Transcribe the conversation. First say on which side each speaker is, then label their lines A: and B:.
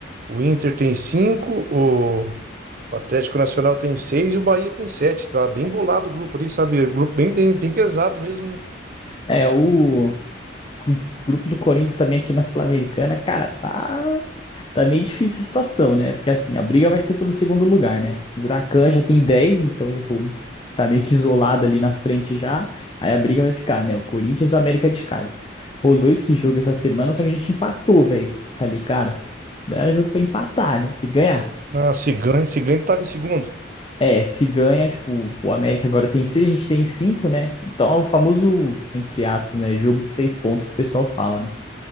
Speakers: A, on the right; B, on the left.
A: o Inter tem cinco o, o Atlético Nacional tem 6 e o Bahia tem sete Tá bem bolado o grupo ali, sabe? Grupo bem, bem, bem pesado mesmo, né?
B: É, o gru- grupo do Corinthians também aqui na Sul-Americana, cara, tá, tá meio difícil a situação, né? Porque assim, a briga vai ser pelo segundo lugar, né? O Huracan já tem 10, então, tipo, tá meio que isolado ali na frente já. Aí a briga vai ficar, né? O Corinthians e o América de Cali. Rolou esse jogo essa semana, só que a gente empatou, velho. Falei, cara, não era jogo pra empatar, né? Tem que ganhar.
A: Na Ciganha, Ciganha ele tava em segundo.
B: É, se ganha, tipo, o América agora tem seis, a gente tem cinco, né? Então é o famoso, entre aspas, né? Jogo de seis pontos que o pessoal fala, né?